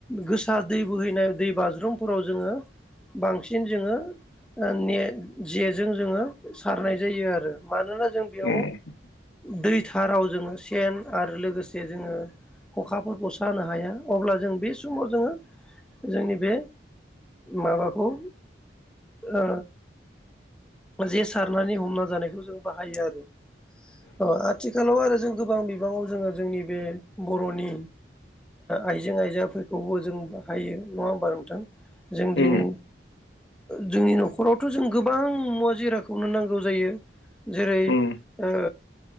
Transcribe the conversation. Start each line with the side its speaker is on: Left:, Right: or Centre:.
Centre: गोसा दै बोहैनाय दै बाज्रुमफोराव जोङो बांसिन जोङो नेट जेजों जोङो सारनाय जायो आरो मानोना जों
Left: <unintelligible>
Centre: बेयाव दैथाराव जोङो सेन आरो लोगोसे जोङो, अखाफोरखौसो हाया अब्ला जों बे समाव जोङो जोंनि बे माबाखौ ओ जे सारनानै हमना जानायखौ जों बाहायो आरो औ आथिखालाव आरो जों गोबां बिबाङाव जोङो जोंनि बे बर'नि आइजें आइजाफोरखौबो जों बाहायो नङा होमबा नोंथां जों
Left: उम
Centre: दिनै जोंनि न'खरावथ' जों गोबां मुवा जिरादखौनो नांगौ जायो। जेरै
Left: उम
Centre: ओ